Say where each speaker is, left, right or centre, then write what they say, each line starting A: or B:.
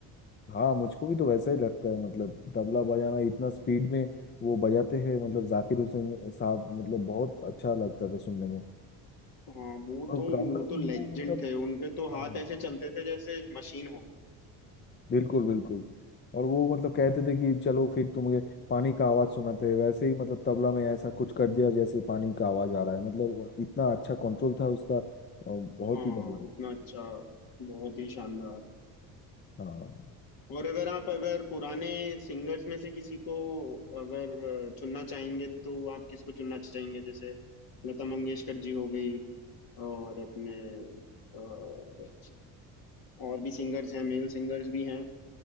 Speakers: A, on the left; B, on the left.
A: हाँ मुझको भी तो वैसा ही लगता है मतलब तबला बजाना इतना स्पीड में वो बजाते हैं मतलब जाकिर हुसैन साहब मतलब बहुत अच्छा लगता था सुनने में
B: हाँ वो
A: और
B: तो
A: रामराव
B: वो तो
A: भी
B: लेजेंड
A: वो मतलब
B: थे उनके तो
A: हाँ
B: हाथ ऐसे चलते थे जैसे मशीन हो
A: बिल्कुल बिल्कुल और वो मतलब कहते थे कि चलो फिर तुम्हें पानी का आवाज सुनाते हैं वैसे ही मतलब तबला में ऐसा कुछ कर दिया जैसे पानी का आवाज आ रहा है मतलब इतना अच्छा कंट्रोल था उसका अ, बहुत
B: हाँ
A: ही बढ़िया
B: इतना अच्छा बहुत ही शानदार
A: हाँ
B: और अगर आप अगर पुराने सिंगर्स में से किसी को अगर अ, चुनना चाहेंगे तो आप किसको चुनना चाहेंगे जैसे लता मंगेशकर जी हो गई और अपने अ, और भी सिंगर्स हैं मेल सिंगर्स भी हैं